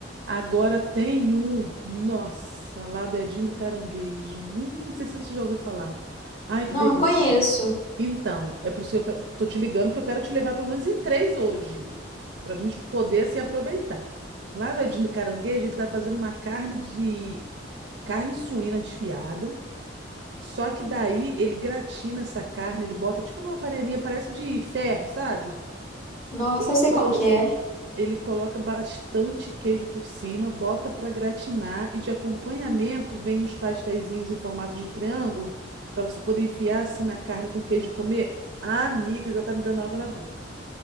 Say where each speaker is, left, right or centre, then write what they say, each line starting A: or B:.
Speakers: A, on the right (about 65°); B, on the left (about 35°).
A: Agora tem um, nossa, lá do Edinho do Caranguejo. Hum, não sei se você já ouviu falar. Ai, que
B: Não,
A: delícia.
B: não conheço.
A: Então, é por isso que eu quero, tô te ligando, porque eu quero te levar pelo menos em três hoje, para a gente poder assim aproveitar. Lá do Edinho do Caranguejo, ele tá fazendo uma carne de carne suína desfiada. Só que daí ele gratina essa carne, ele bota tipo numa panelinha, parece de ferro, sabe?
B: Nossa,
A: Ele
B: eu
A: colo...
B: sei como que é.
A: Ele coloca bastante queijo por cima, bota para gratinar e de acompanhamento vem uns pasteizinhos em formato de triângulo para você poder enfiar assim na carne com queijo e comer. Ah, amiga, já tá me dando água na boca.